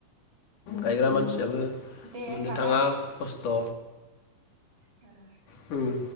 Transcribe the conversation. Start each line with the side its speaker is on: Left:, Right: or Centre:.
Left: गायग्रा मानसियाबो
Right: दे होनबा
Left: मोननो थाङा
Right: ना
Left: खस्थ'
Right: ओ
Left: उम